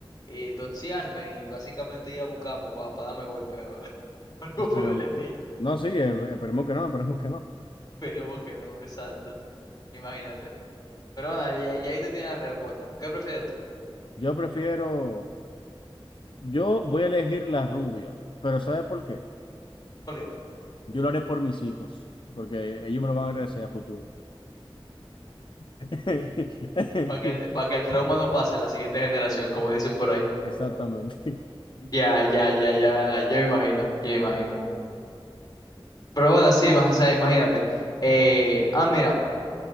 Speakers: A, on the left; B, on the left.
A: eh, doxiarme y básicamente ir a buscarme para, darme golpe o <laughs> algo
B: Esperemos.
A: pude le tiro.
B: No, sí, eh, esperemos que no, esperemos que no.
A: Esperemos que no, exacto. Imagínate. Pero bueno, y ahí y ahí tú tienes la respuesta. ¿Qué prefieres tú?
B: Yo prefiero, yo voy a elegir la rubia, pero ¿sabes por qué?
A: ¿Por qué?
B: Yo lo haré por mis hijos, porque ellos me lo van a agradecer a futuro. <laughs>
A: Para que el, para que el trauma no pase a la siguiente generación, como dicen por ahí.
B: Exactamente.
A: Ya, ya, ya, ya, ya me imagino, ya me imagino. Pero bueno, sí, más, o sea, imagínate. Eh, ah, mira,